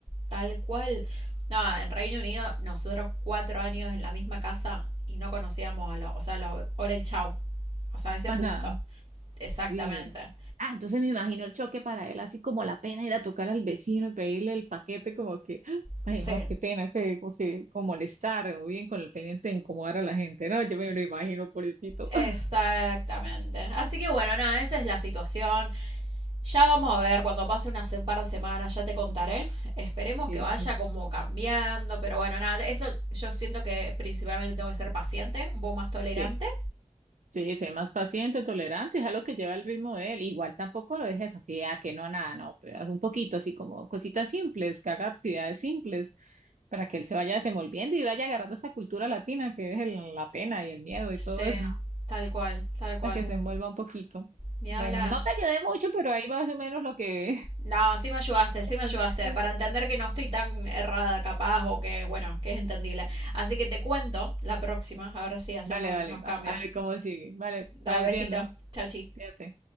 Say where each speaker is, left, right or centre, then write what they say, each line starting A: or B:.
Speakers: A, on the right (about 45°); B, on the right (about 80°).
A: Tal cual. No, en Reino Unido, nosotros cuatro años en la misma casa y no conocíamos a los, o sea, los, hola el chau.
B: <laughs>
A: O sea, ese
B: más
A: punto.
B: nada.
A: Exactamente.
B: Sí. Ah, entonces me imagino el choque para él, así como la pena ir a tocar al vecino y pedirle el paquete, como que, <gasps>
A: Sí,
B: ay, no, qué pena, que, como que- como molestar, o bien con el pendiente de incomodar a la gente, ¿no? Yo me lo imagino, pobrecito.
A: exactamente.
B: <laughs>
A: Así que bueno, nada, esa es la situación. Ya vamos a ver cuando pase unas un par de semanas, ya te contaré. Esperemos
B: Sí,
A: que vaya
B: claro.
A: como cambiando, pero bueno, nada, eso yo siento que principalmente tengo que ser paciente, un poco más tolerante.
B: Sí. Sí, sé más paciente, tolerante, es algo que lleva el ritmo de él. Igual tampoco lo dejes así, a que no, nada, no, pero haz un poquito así como cositas simples, que haga actividades simples para que él se vaya desenvolviendo y vaya agarrando esa cultura latina que es el- la pena y el miedo
A: Sí,
B: y todo eso, <laughs>
A: tal cual, tal cual.
B: para que se envuelva un poquito.
A: Ni
B: Bueno,
A: hablar.
B: no te ayudé mucho, pero ahí más o menos lo que...
A: No, sí me ayudaste, sí
B: <laughs>
A: me ayudaste, para entender que no estoy tan errada capaz o que, bueno, que es entendible. Así que te cuento la próxima, a ver si hacemos
B: Vale,
A: algunos
B: vale, va-
A: cambios.
B: a ver cómo sigue. Vale, estamos
A: Dale, besito.
B: viendo,
A: Chau, chis.
B: fíjate.